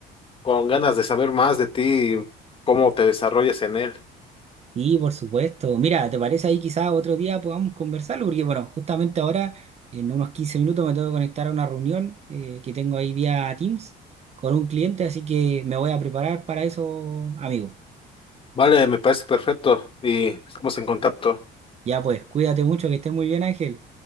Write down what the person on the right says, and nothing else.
Y por supuesto, mira, ¿te parece ahí quizás otro día podamos conversarlo? Porque bueno, justamente ahora, en unos 15 minutos, me tengo que conectar a una reunión eh, que tengo ahí vía Teams con un cliente, así que me voy a preparar para eso, amigo.
Ya pues, cuídate mucho, que estés muy bien, Ángel.